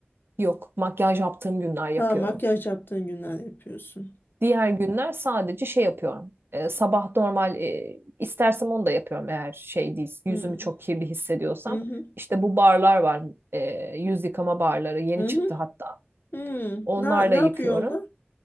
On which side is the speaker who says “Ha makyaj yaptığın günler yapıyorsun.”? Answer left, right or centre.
Left